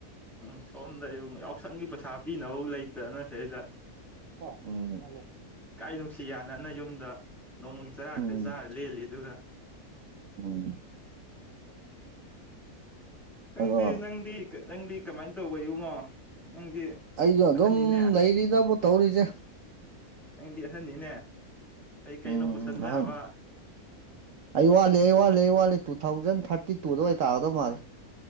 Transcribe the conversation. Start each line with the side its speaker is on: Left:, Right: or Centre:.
Centre: ꯎꯝ ꯁꯣꯝꯗ ꯏꯕꯨꯡꯉꯣ ꯌꯥꯎꯁꯪꯒꯤ ꯄꯩꯁꯥ ꯄꯤꯅꯕꯧ ꯂꯩꯇꯅ ꯁꯤꯗꯩꯗ
Right: ꯎꯝ
Centre: ꯏꯀꯥꯏ ꯅꯨꯡꯁꯤ ꯌꯥꯅꯅ ꯌꯨꯝꯗ ꯅꯣꯡꯃꯒꯤ ꯆꯔꯥ
Right: ꯎꯝ
Centre: ꯈꯔ ꯆꯥꯔ ꯂꯦꯜꯂꯤ ꯑꯗꯨꯒ
Right: ꯎꯝ
Centre: ꯅꯪꯗꯤ
Right: ꯑꯗꯣ
Centre: ꯅꯪꯗꯤ ꯅꯪꯗꯤ ꯀꯃꯥꯏꯅ ꯇꯧꯕ ꯏꯕꯨꯡꯉꯣ ꯅꯪꯗꯤ
Right: ꯑꯩꯁꯨ ꯑꯗꯨꯝ
Centre: ꯑꯍꯟꯅꯤꯅꯦ
Right: ꯂꯩꯔꯤꯗꯕꯨ ꯇꯧꯔꯤꯖꯦ
Centre: ꯅꯪꯗꯤ ꯑꯍꯟꯅꯤꯅꯦ ꯀꯩ ꯀꯩꯅꯣ
Right: ꯎꯝ
Centre: ꯄꯨꯁꯟꯕ
Right: ꯑꯍꯟ
Centre: ꯌꯥꯕ
Right: ꯑꯩ ꯋꯥꯠꯂꯤ ꯑꯩ ꯋꯥꯠꯂꯤ ꯑꯩ ꯋꯥꯠꯂꯤ ꯇꯨ ꯊꯥꯎꯖꯟ ꯊꯥꯔꯇꯤ ꯇꯨꯗ ꯑꯣꯏ ꯇꯥꯒꯗꯕ ꯃꯥꯜꯂꯦ